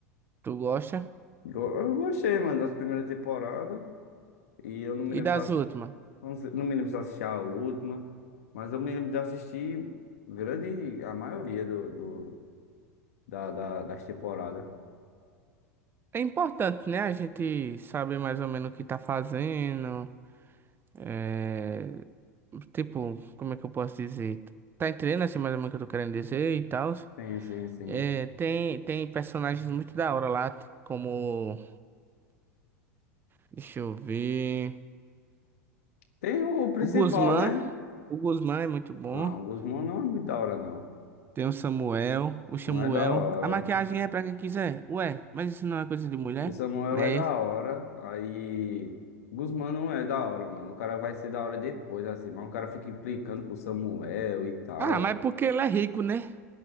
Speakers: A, on the right; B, on the left.
A: Tu gosta?
B: Go- Eu gostei, mano, das primeiras temporadas. E eu não me
A: E
B: lembro
A: das
B: se eu assi-
A: últimas?
B: não sei- não me lembro se eu assisti a última, mas eu me lembro de assistir grande, a maioria do, do- da, da- das temporadas.
A: É importante, né? A gente saber mais ou menos o que tá fazendo. É... Tipo, como é que eu posso dizer? Tá entendendo assim mais ou menos o que eu tô querendo dizer e tal?
B: Sim, sim, sim.
A: É, tem, tem personagens muito da hora lá, como. Deixa eu ver.
B: Tem o principal,
A: O Guzmán.
B: né?
A: O Guzmán é muito bom.
B: Não, o Guzmão não é muito da hora, não.
A: Tem o Samuel. O Samuel.
B: Não é da hora.
A: A maquiagem é pra quem quiser. Ué, mas isso não é coisa de mulher?
B: O Samuel
A: Né?
B: é da hora, aí. Guzmán não é da hora, mano. O cara vai ser da hora depois, assim, mas o cara fica implicando com o Samuel e tal.
A: Ah, mas porque ele é rico, né?